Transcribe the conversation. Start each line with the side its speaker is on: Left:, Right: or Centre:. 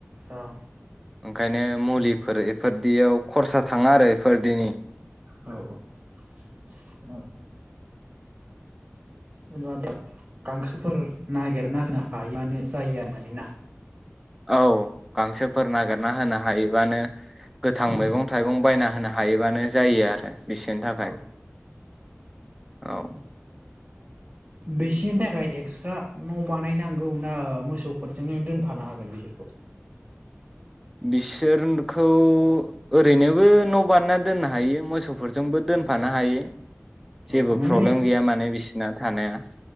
Right: औ
Centre: ओंखायनो मुलिफोर इफोरदियाव खरसा थाङा आरो इफोरदिनि
Right: औ औ औ एबा गांसोफोर नागिरना होनो हायोबानो जायो मानि ना
Centre: औ गांसोफोर नागिरना होनो हायोबानो गोथां मैगं
Right: औ
Centre: थाइगं बायना होनो हायोबानो जायो आरो बिसोरनि थाखाय
Right: औ
Centre: औ।
Right: बिसिनि थाखाय एक्सट्रा न' बानायनांगौ ना मोसौफोरजोंनो दोनफानो हागोन बिसोरखौ?
Centre: बिसोरखौ ओरैनोबो न' बानायना दोननो हायो मोसौफोरजोंबो दोनफानो हायो।
Right: औ
Centre: जेबो
Right: माने
Centre: प्रब्लेम गैया माने बिसि ना थानाया।